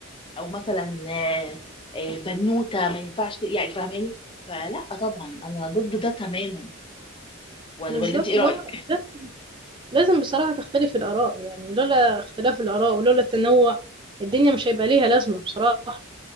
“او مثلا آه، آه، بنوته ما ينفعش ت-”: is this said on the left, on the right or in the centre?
Left